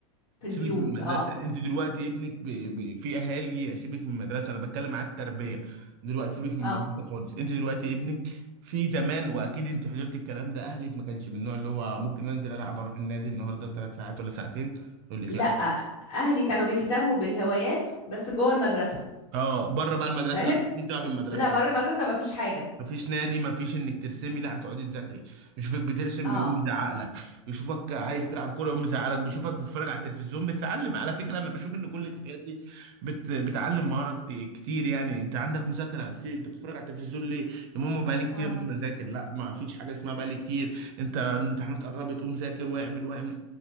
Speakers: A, on the left (about 60°); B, on the right (about 50°).
A: في
B: سيبك
A: البيوت
B: من المدرسه
A: اه
B: انت دلوقتي ابنك ب... ب... في اهالي سيبك من المدرسه انا بتكلم على التربيه دلوقتي سيبك من
A: اه
B: المدرسه خالص انت دلوقتي ابنك في زمان واكيد انت حضرت الكلام ده اهلك ما كانش من النوع اللي هو ممكن انزل العب اروح النادي النهارده ثلاث ساعات ولا ساعتين يقول لك
A: لأ
B: لا
A: أهلي كانوا بيهتموا بالهوايات بس جوه المدرسة
B: اه بره بقى المدرسه
A: فاهم
B: لما مفيش دعوه بالمدرسه
A: لا بره المدرسة مفيش حاجة
B: مفيش نادي مفيش انك ترسمي لا هتقعدي تذاكري يشوفك بترسم
A: اه
B: يقوم يزعق لك يشوفك عايز تلعب كوره يقوم يزعق لك بيشوفك بتتفرج على التلفزيون بتتعلم على فكره انا بشوف ان كل الحاجات دي بت... بتعلم مهاره كت- كتير يعني انت عندك مذاكره سي- انت بتتفرج على التلفزيون ليه يا ماما بقالي كتير
A: اه
B: يا ماما بذاكر لا ما فيش حاجه اسمها بقالي كتير انت الامتحانات قربت قوم ذاكر واعمل واعمل